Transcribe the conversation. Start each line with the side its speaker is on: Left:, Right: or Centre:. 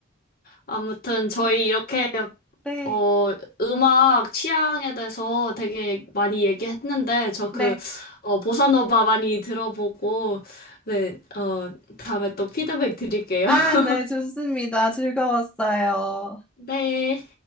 Left: 아무튼 저희
Centre: 네,
Left: 이렇게
Centre: 네.
Left: 어, 음악 취향에 대해서 되게 많이 얘기했는데, 저
Centre: 네.
Left: 그, 어, 보사노바 많이 들어보고, 네, 어, 다음에 또 피드백 드릴게요.
Centre: 아,
Left: <laughs>
Centre: 네, 좋습니다. 즐거웠어요.
Left: 네.